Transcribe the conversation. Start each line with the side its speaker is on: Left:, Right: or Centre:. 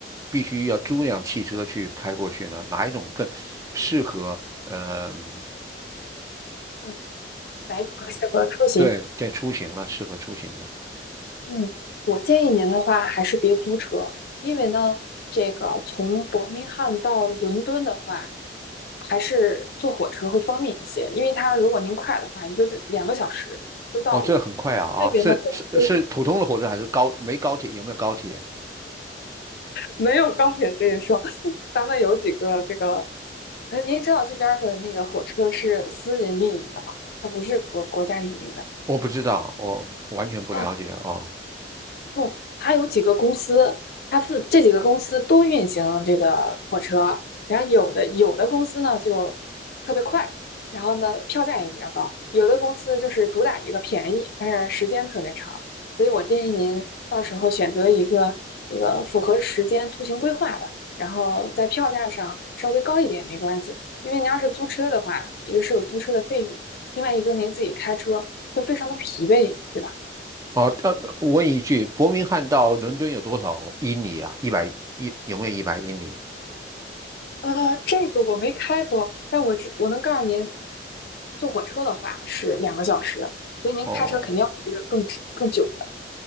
Right: 必须要租辆汽车去开过去呢？哪一种更适合？嗯，
Left: 嗯，哪一种更适合出行？
Right: 对，在出行了，适合出行的。
Left: 嗯，我建议您的话还是别租车，因为呢，这个从伯明翰到伦敦的话，还是坐火车会方便一些，因为它如果您快的话，一个就两个小时就到了。
Right: 哦，这很快啊啊，
Left: 这边的火车
Right: 是是是普通的火车还是高？没高铁？有没有高铁？
Left: 没有高铁这一说，<laughs> 咱们有几个这个，呃，您知道这边儿的那个火车是私人运营的吗？它不是国国家运营的。
Right: 我不知道，我完全不了解哦。
Left: 嗯不，它有几个公司，它是这几个公司都运行这个火车，然后有的有的公司呢就特别快，然后呢票价也比较高，有的公司就是主打一个便宜，但是时间特别长，所以我建议您到时候选择一个这个符合时间出行规划的，然后在票价上稍微高一点没关系，因为您要是租车的话，一个是有租车的费用，另外一个您自己开车会非常的疲惫，对吧？
Right: 哦，呃，我问一句，伯明翰到伦敦有多少英里啊？一百一有没有一百英里？
Left: 呃，这个我没开过，但我知我能告诉您，坐火车的话是两个小时，所以您开车肯定要比这个更更久的。
Right: 哦